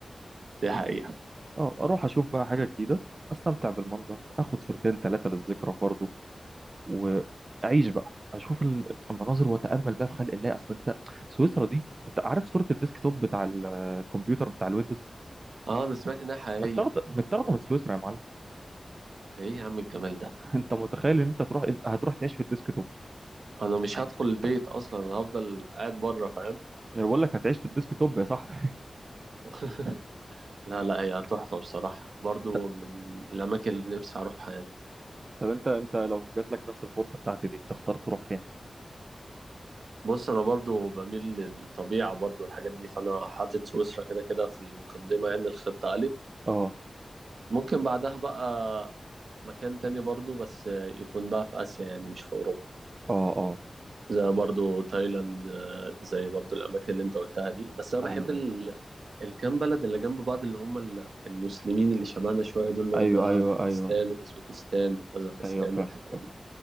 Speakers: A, on the right (about 80°); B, on the right (about 40°).
A: دي حقيقة
B: أه أروح أشوف بقى حاجة جديدة أستمتع بالمنظر أخد صورتين ثلاثة للذكرى برضه واعيش بقى اشوف ال- المناظر واتامل بقى في خلق الله اصل انت سويسرا دي انت عارف صوره الديسك توب بتاع الكمبيوتر بتاع الويندوز
A: اه انا سمعت انها حقيقية
B: متاخده متاخده من سويسرا يا معلم
A: ده ايه يا عم الجمال ده
B: <laughs> انت متخيل ان انت تروح انت هتروح تعيش في الديسك توب
A: انا مش هدخل البيت اصلا انا هفضل قاعد بره فاهم
B: انا بقول لك هتعيش في الديسك توب يا صاحبي
A: <laughs> لا لا هي تحفة بصراحة برضو
B: <laughs>
A: من الأماكن اللي نفسي أروحها يعني
B: طب انت انت لو جات لك نفس الفرصه بتاعتي دي تختار تروح فين
A: بص أنا برضو بميل للطبيعة برضو والحاجات دي فأنا حاطط سويسرا كده كده في المقدمة يعني الخطة ألف
B: اه
A: ممكن بعدها بقى مكان تاني برضو بس يكون بقى في آسيا يعني مش في أوروبا
B: اه اه
A: زي برضو تايلاند آه، زي برضو الأماكن اللي أنت قلتها دي بس أنا
B: ايوه
A: بحب ال...
B: ايوه
A: الكام بلد اللي جنب بعض اللي هم ال- المسلمين اللي شبهنا شوية دول اللي هم
B: ايوه ايوه
A: تاجikistan
B: ايوه
A: وأوزبكستان وكازاخستان
B: ايوه فاهم
A: والحتت
B: فاهم.
A: دي